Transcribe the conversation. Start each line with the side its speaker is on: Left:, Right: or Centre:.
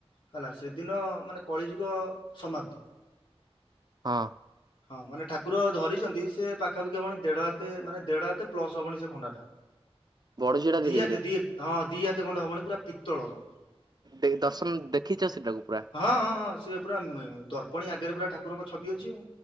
Left: ହେଲା ସେଦିନ ମାନେ କଳିଯୁଗ ସମାପ୍ତି।
Right: ହଁ।
Left: ହଁ ମାନେ ଠାକୁର ଧରିଛନ୍ତି ସେ ପାଖାପାଖି ହବଣି ଦେଢ ହାତ ମାନେ ଦେଢ ହାତ ପ୍ଲସ ହବଣି ସେ ଖଣ୍ଡା ଟା।
Right: ବଡ ଝିଅଟା ଧୀରେ
Left: ଦିହାତେ
Right: ଧୀରେ
Left: ଦି ହଁ ଦିହାତେ ଖଣ୍ଡେ ହବଣି ପୁରା ପିତ୍ତଳର।
Right: ଦେକ୍ ଦର୍ଶନ ଦେଖିଛ ସେଟାକୁ ପୁରା?
Left: ହଁ ହଁ ହଁ ସେ ପୁରା ମେ ଦର୍ପଣୀ ଆଗରେ ପୁରା ଠାକୁରଙ୍କ ଛବି ଅଛି ଆଉ